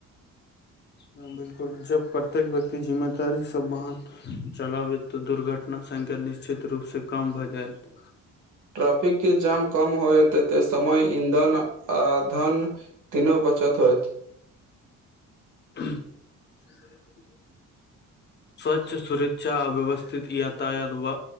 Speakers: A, on the left; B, on the right.
A: बिलकुल जब प्रत्येक व्यक्ती जिम्मेदारी से वाहन चलाबैत तऽ दुर्घटना संख्या निश्चित रूप सँ कम भऽ जायत
B: ट्रैफिक के जाम कम होयते समय ईंधन आ धन तीनो बचत होयइत
A: <inaudible> स्वच्छ सुरक्षा अव्यवस्थित यातायात व